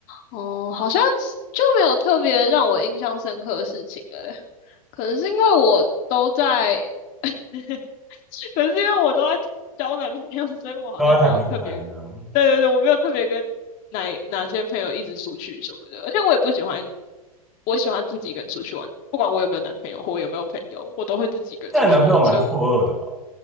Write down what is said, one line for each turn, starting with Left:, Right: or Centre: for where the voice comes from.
Left: 哦，好像是就没有特别让我印象深刻的事情诶，可能是因为我都在，<laughs> 可能是因为我都在交男朋友，所以我好像没有特别，
Centre: 都在谈恋爱这样。
Left: 对对对，我没有特别跟哪哪些朋友一直出去什么的，而且我也不喜欢，我喜欢自己一个人出去玩，不管我有没有男朋友或我有没有朋友，我都会自己一个人出去玩，
Centre: 但你男朋友蛮错愕的吧？
Left: 所以我。